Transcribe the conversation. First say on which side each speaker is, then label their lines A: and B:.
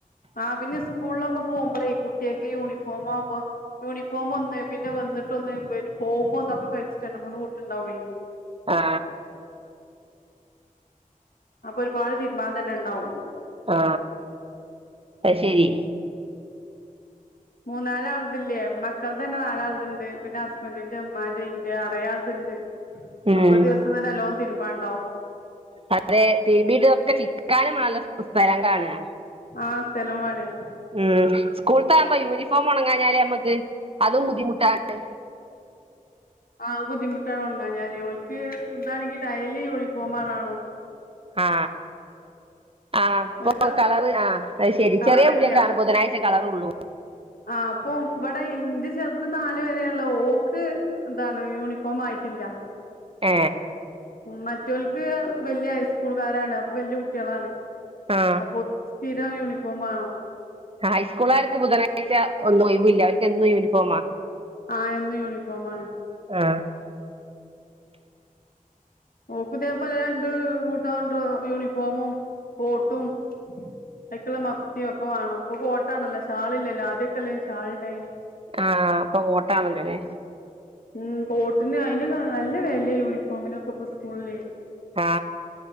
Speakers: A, on the left (about 85°); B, on the right (about 40°).
A: ആ പിന്നെ സ്കൂളിലൊക്കെ പോകുമ്പോളേ കുട്ടിയക്കെ യൂണിഫോം ആവുമ്പോ യൂണിഫോം ഒന്ന് പിന്നെ വന്നിട്ട് ഒന്ന് പോകുമ്പോ ഒന്നൊക്കെ കഴിച്ച- രണ്ടു മൂന്ന് കൂട്ടമുണ്ടാവുമേ
B: ആ ആ
A: അപ്പൊ ഒരുപാട് തീരുമാൻ തന്നെ ഉണ്ടാവും
B: ആ അത് ശരി
A: മൂന്നാല് ആളുതലില്ലേ മക്കടെതന്നെ നാലാളതുണ്ട് പിന്നെ ഹസ്ബന്ഡറിന്റെ ഉമ്മാന്റെ ഉന്റെ നിറയെ ആളുടതുണ്ട്
B: ഉം
A: അപ്പൊ ഒരു ദിവസം തന്നെ എല്ലാം തിരുമ്പാൻ ഉണ്ടാവും
B: വളരെ തീ വീടൊക്കെ ചിക്കാനും ആല്ല സ്ഥലം കാണുക
A: ആ സ്ഥലം വേണേ
B: ഉം സ്കൂളത്താവകുമ്പോ യൂണിഫോം ഉണങ്ങാഞ്ഞാലേ നമ്മക്ക് അതും ബുദ്ധിമുട്ടാണ്
A: ആഹ് ബുദ്ധിമുട്ടാണ് ഉണങ്ങാഞ്ഞാല് ഓൽക്ക് എന്താണെങ്കി ഡെയലി യൂണിഫോം കാണു
B: ആ ആഹ് ഇപ്പൊ
A: ഒരു ക
B: കളർ ആ അത് ശരി
A: കളറില്ല
B: ചെറിയ കുട്ടിയക്കൊണ് ബുധനാഴ്ച കളറള്ളൂ
A: ആഹ് അപ്പൊ ഇ- വിടെ ഇന്റെ ചെറുത് നാലു വരെയള്ള ഓക്ക് ഇതാണ് യൂണിഫോം ആയിട്ടില്ല
B: ആ
A: ഉം മറ്റവൾക്ക് വല്യ ഹൈസ്കൂളുകാരാണ് അപ്പൊ വല്യ കുട്ടികളാണ്
B: ആ
A: അപ്പൊ ഒരു സ്ഥിര യൂണിഫോം ആണോ
B: ഹൈസ്കൂളാർക്ക് ബുധനാഴ്ച ഒന്നും ഒഴിവില്ല അവർക്ക് എന്നും യൂണിഫോമാ
A: ആ എന്ന് യൂണിഫാം ആണ്
B: ആ
A: നോക്കിതേപോലെ രണ്ട് കൂട്ടാണ്ട യൂണിഫോമും കോട്ടും അതക്കുള്ള മഫിതിയോ ഒക്കെ വേണം ഇപ്പൊ കോട്ടാണല്ല ഷാളില്ലല്ലോ ആദ്യക്കെല്ലായിരുന്നു ഷാളി ണ്ടായന്നെ
B: ആ ആഹ് ഇപ്പൊ കോട്ടാണല്ലേ
A: ഉം കോട്ടിന് അയിന് നല്ല വിലയാ യൂണിഫോമിനൊക്കെ ഇപ്പ സ്കൂളില്
B: ആ